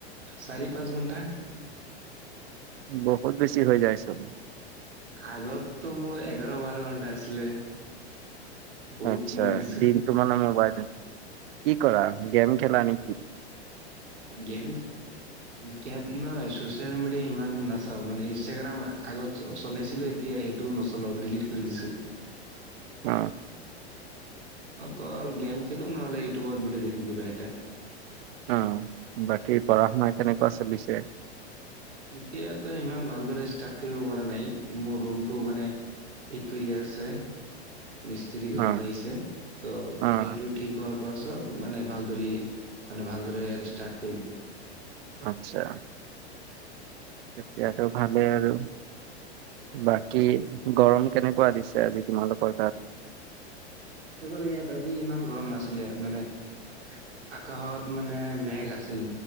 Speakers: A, on the right (about 85°); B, on the right (about 60°).
A: চাৰি পাঁচ ঘণ্টা।
B: বহুত বেছি হৈ যায় চোন।
A: আগততো মোৰ এঘাৰ বাৰ ঘণ্টা আছিলে। বহুত
B: আচ্ছা,
A: কমাই দিছো
B: দিনটো মানে মোবাইল। কি কৰা গেম খেলা নে?
A: গেম গেম ইমাণ চচিয়েল মিডিয়া সিমান নাচাও, মানে ইনষ্টাগ্ৰাম আগত চলাইছিলো এতিয়া সে তো নচলাও ডিলিট কৰি দিছো।
B: অ।
A: অকল গেম খেলো, নহলে ইউটিউবট ভিডিঅ দেখো কিবা এটা।
B: অ বাকী পঢ়া শুনা কেনেকুৱা চলিছে।
A: এতিয়াতো ইমান ভালদৰে ষ্টাৰ্ট কৰিব পৰা নাই মোৰ ৰুমটো মানে ঠিক কৰি আছে মিস্ত্ৰী ঘৰত
B: অ',
A: আহিছে ত'
B: অ',
A: সেইটোত ঠিক হোৱাৰ পাছত মানে ভাল দৰে মানে ভাল দৰে ষ্টাৰ্ট কৰিম।
B: আচ্ছা। তেতিয়াতো ভালে আৰু বাকী গৰম কেনেকুৱা দিছে আজি তোমালোকৰ তাত।
A: ৰ ইয়াত আজি ইমান গৰম নাছিলে মানে, আকাশত মানে মেঘ আছিল।